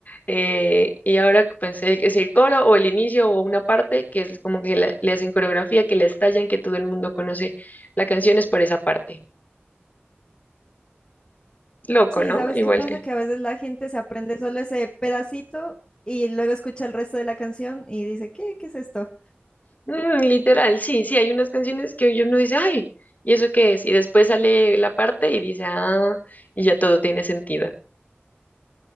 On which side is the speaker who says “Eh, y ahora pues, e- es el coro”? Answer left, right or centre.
Left